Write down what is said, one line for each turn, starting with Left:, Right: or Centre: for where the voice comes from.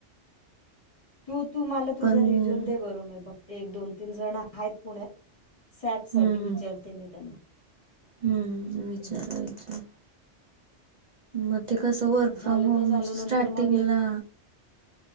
Left: तू तू मला तुझा
Right: पण
Left: रिझ्यूम दे बर मी बघते, एक दोन तीन जण आहेत पुण्यात सॅप साठी
Right: हम्म
Left: विचारते मी त्यांना.
Right: हम्म विचारा
Left: हम्म.
Right: विचारा मग ते कसं वर्क
Left: झालं
Right: फ्रॉम होम
Left: तर झालं
Right: स्टार्टिंगला
Left: नंतर मग एक